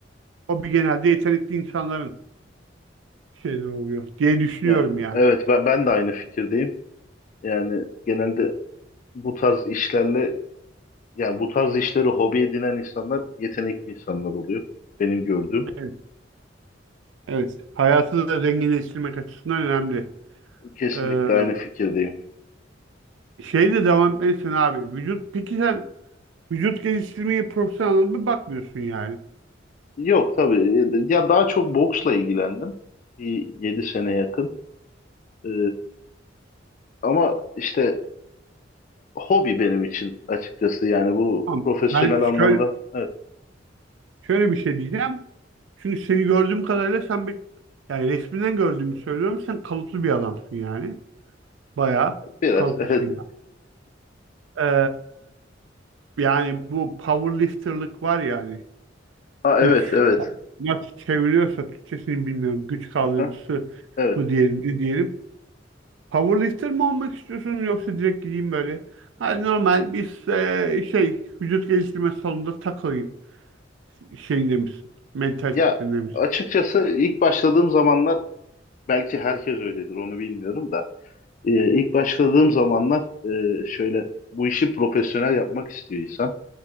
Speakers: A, on the right; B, on the left.
A: hobi genelde yetenekli insanların şeyleri oluyor diye düşünüyorum
B: Yani
A: yani.
B: evet ben ben de aynı fikirdeyim. Yani genelde bu tarz işlerle Yani bu tarz işleri hobi edinen insanlar yetenekli insanlar oluyor. Benim gördüğüm.
A: Evet. Evet. Hayatı da zenginleştirmek açısından önemli.
B: Kesinlikle
A: Ee,
B: aynı fikirdeyim.
A: şeyle devam etmelisin abi. Vücut peki sen Vücut geliştirmeye profesyonel anlamda bakmıyorsun yani.
B: Yok tabii. e, Ya daha çok boksla ilgilendim. Bir 7 sene yakın. Ee, ama işte hobi benim için açıkçası. Yani bu
A: Tamam.
B: profesyonel
A: Ben şöyle,
B: anlamda. Evet
A: şöyle bir şey diyeceğim. Çünkü seni gördüğüm kadarıyla sen bir yani resminden gördüğümü söylüyorum. Sen kalıplı bir adamsın yani. Bayağı
B: biraz.
A: kalıplısın
B: <laughs> Evet.
A: yani. Ee, yani bu powerlifterlık var yani.
B: Ha, evet
A: Güç
B: evet.
A: nasıl çeviriyorsa Türkçesini bilmiyorum. Güç kaldırıcısı
B: Aha, evet.
A: mı diyelim ne diyelim. Powerlifter mi olmak istiyorsun yoksa direkt gideyim böyle. Hani normal bir e, şey vücut geliştirme salonunda takılayım şeyinde misin? Mentalitesinde
B: Ya
A: misin?
B: açıkçası ilk başladığım zamanlar belki herkes öyledir onu bilmiyorum da. Ee, ilk başladığım zamanlar e, şöyle bu işi profesyonel yapmak istiyor insan.